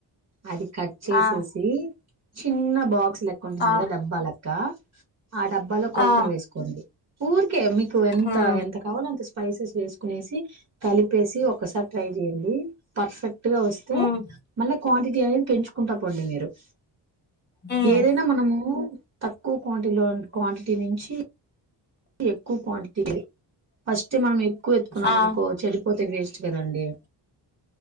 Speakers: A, on the right; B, on the left.
A: అది కట్ చేసేసి
B: ఆ
A: చిన్న బాక్స్ లెక్క ఉంటుంది
B: ఆ
A: కదా డబ్బా లెక్క ఆ డబ్బాలో కొలతలు
B: ఆ
A: వేసుకోండి ఊర్కే మీ నువ్ ఎంత
B: మ్మ్
A: ఎంత కావాలో అంత సు స్పైసెస్ వేసు కునేసి కలిపేసి ఒకసార్ ట్రై చెయండి పర్ఫెక్ట్ గా వస్తే
B: మ్మ్
A: మళ్ళ క్వాంటిటీ అనేది పెంచుకుంటా పోండి మీరు జెర్ష్
B: మ్మ్
A: ఏదైనా మనము తక్కువ క్వాంటిలో క్వాంటిటీ నుంచి ఎక్కువ క్వాంటిటీ ఫస్ట్ మనం ఎక్కువ ఎత్తుకున్నాం
B: ఆ
A: అనుకో చెడిపోతే వేస్ట్ కదండి